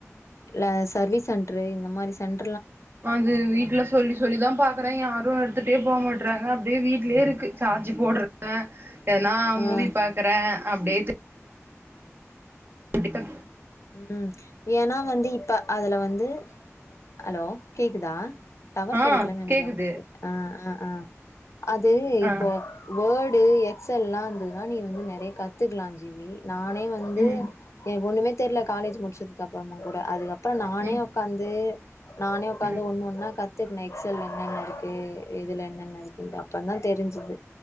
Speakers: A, on the left; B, on the right.
A: இல்ல சர்வீ சென்ட்ரு இந்த மாரி சென்
B: அது வீட்ல சொல்லி சொல்லிதா பாக்குறாங்க யார் டு எடுத்துட்டே போ மாட்றாங்க அப்டே வீட்லே இருக்கு சார்ஜு போட்றாவ நா மூவி
A: ஆ
B: பாக்கறே அப்டியே கண்டிப்ப
A: ம் ஏன்னா வந்து இப்ப அதுல வந்து ஹலோ கேக்குதா டவர்
B: ஆ
A: கெடைக்கலனு நெனக்குறே
B: கேக்குது
A: உங்களுக்கு ஆ ஆ ஆ அது
B: ஆ
A: இப்போ வட் இது எக்ஸ் எல்லா இருந்தது நா நீ வந்து நெறய காத்து பாத்துக்கலா ஜீவி நானே வந்து
B: ம்
A: எனக்கு ஒன்னுமே தெர்யல காலேஜ் முடிச்சதுக்கு அப்புறமா கூட அதுக்கப்பு அப்றோ நானே
B: ம்
A: ஒக்காந்து நானே உக்காந்து
B: ம்
A: ஒண்ணு ஒன்னா கத் துக்குன எக்செல்ல என்னன்ன இருக்கு இதுல என்னன்ன இருக்குன்ட்டு அப்பறதான் தெரிஞ்சிது